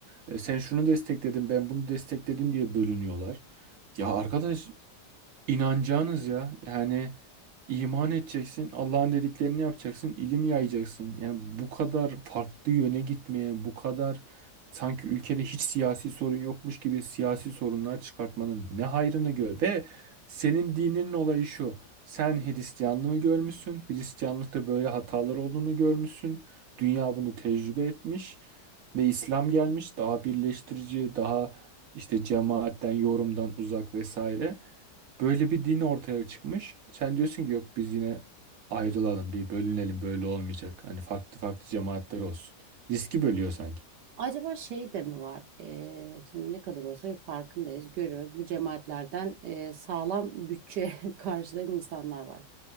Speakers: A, on the right; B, on the right.
A: e, sen şunu destekledin ben bunu destekledim diye bölünüyorlar. Ya arkadaş İnanacağınız ya. Yani iman edeceksin, Allah'ın dediklerini yapacaksın, ilim yayacaksın. Yani bu kadar farklı yöne gitmeye, bu kadar sanki ülkede hiç siyasi sorun yokmuş gibi siyasi sorunlar çıkartmanın ne hayrını gör. Ve senin dininin olayı şu. Sen Hristiyanlığı görmüşsün. Hristiyanlıkta böyle hatalar olduğunu görmüşsün. Dünya bunu tecrübe etmiş ve İslam gelmiş daha birleştirici, daha işte cemaatten, yorumdan uzak vesaire. Böyle bir din ortaya çıkmış. Sen diyorsun ki yok biz yine ayrılalım, bir bölünelim böyle olmayacak. Hani farklı farklı cemaatler olsun. Riski bölüyor sanki.
B: Acaba şey de mi var? Ee, şimdi ne kadar olsa farkındayız, görüyoruz. Bu cemaatlerden e, sağlam bütçe <laughs> karşılayan insanlar var.